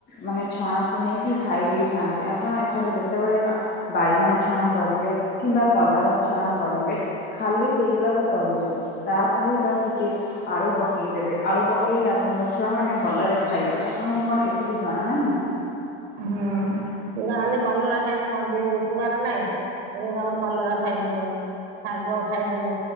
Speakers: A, on the left; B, on the right.
A: ମାନେ ଛଣାକୁ ନେଇକି ଖାଇ ଦେଇଥାନ୍ତେ ଆପଣ ଏଥର ଯେତେବେଳେ ଆ ବାଇଗଣ ଛଣା କରିବେ କିମ୍ବା କଲରା ଛଣା କରିବେ। ଖାଲି ସେଇଗୁଡାକ କରିବେନି ତା ସହିତ ଟିକେ। ଆଳୁ ପକେଇ କି ଦେବେ ଆଳୁ ପକେଇଲେ ଆପଣଙ୍କ ଛୁଆମାନେ ଭଲରେ ଖାଇବେ ଆପଣଙ୍କୁ କଣ ଏତିକି ଜଣା ନାହିଁ?
B: ହୁଁ, ନହେଲେ, କଲରା ଖାଇନେ କଣ ଦେହକୁ ଉପକାର ନାଇଁ? ସେ କହୁଚନ୍ତି ଆମେ କଲରା ଖାଇମୁନୁ। ଶାଗ ଖାଇବୁନୁ।